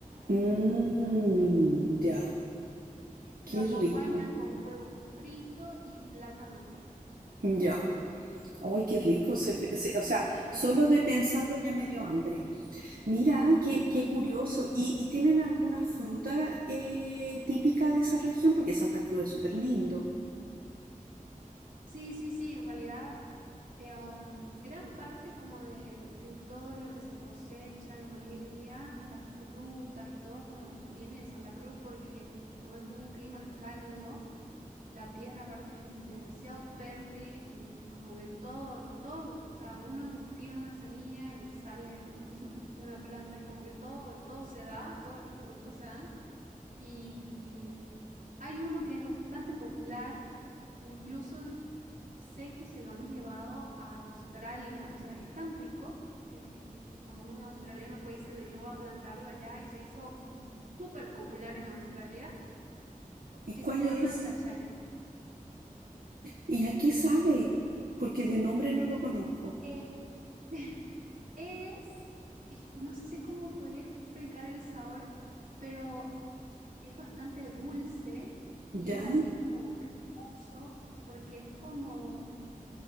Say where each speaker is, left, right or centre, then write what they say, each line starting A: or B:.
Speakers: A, on the right; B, on the right.
A: Mm, ya.
B: Y se
A: Qué
B: lo acompaña
A: rico.
B: con huevo frito y plátano frito.
A: Ya. Ay, qué rico. se se- o sea, solo de pensarlo ya me dio hambre. Mira, qué, qué
B: <laughs>
A: curioso. ¿Y, y tienen alguna fruta eh, típica de esa región? Porque Santa Cruz es súper lindo.
B: Sí, sí, sí, en realidad eh, um, gran parte como de, de todo lo que se cosecha en Bolivia, las frutas y todo como viene de Santa Cruz porque como es un clima cálido, la tierra aparte es demasiado fértil y como que todo, todo, o sea, uno tira una semilla y sale un- <laughs> una planta, es como que todo, todo se da, todos los frutos se dan. Y, y hay uno que es bastante popular, que incluso s- sé que se lo han llevado a Australia. O sea, es tan rico que como un australiano fue y se lo llevó a plantarlo allá y se hizo mm, súper popular en Australia,
A: ¿Y
B: que
A: cuál
B: se llama
A: es?
B: chachayo.
A: ¿Y a qué sabe? Porque de nombre no lo conozco.
B: Eh, <laughs> es, es- no sé cómo podría explicar el sabor, pero es bastante dulce y
A: ¿Ya?
B: es así como cremoso porque es como...